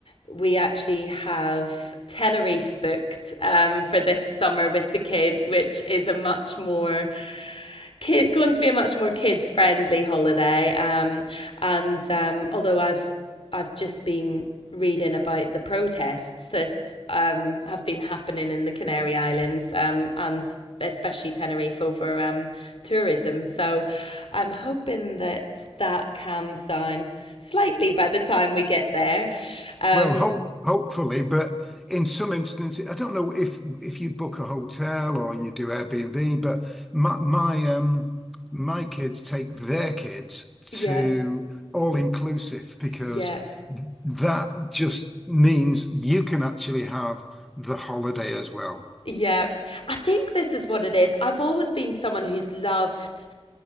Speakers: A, on the left; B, in the centre.
A: we actually have Tenerife booked um, for this summer with the kids, which is a much more kid, going to be a much more kid friendly holiday.
B: Yes.
A: Um, and um, although I've I've just been reading about the protests that um, have been happening in the Canary Islands um, and especially Tenerife over um, tourism. So I'm hoping that that calms down slightly by the time we get there. Um,
B: Well, hope, hopefully, but in some instances, I don't know if if you book a hotel or you do Airbnb, but my my um my kids take their kids to
A: yeah,
B: all inclusive because
A: yeah.
B: th- that just means you can actually have the holiday as well.
A: Yeah, I think this is what it is. I've always been someone who's loved